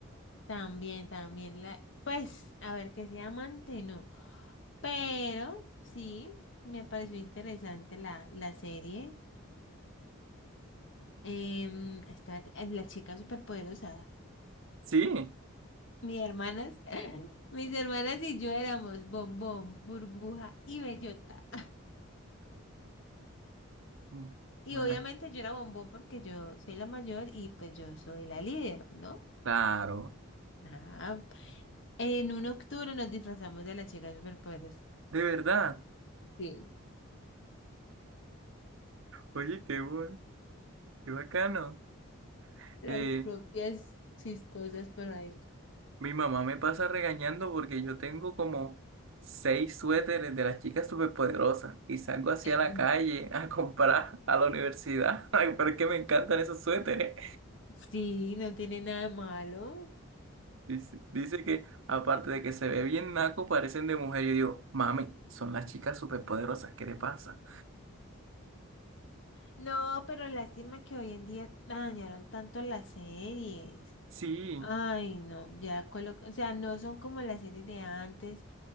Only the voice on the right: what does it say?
Sí.
Mm,
ay,
claro.
De verdad.
Oye, qué bueno, qué bacano.
Eh,
Mi mamá me pasa regañando porque yo tengo como seis suéteres de las chicas superpoderosas y salgo así
a la calle a <laughs> comprar a la universidad. <laughs> Ay, Pero es que me encantan esos suéteres.
Dice, dice que aparte de que se ve bien naco, parecen de mujer. Yo digo, mami, son las chicas superpoderosas, ¿qué le pasa?
Sí.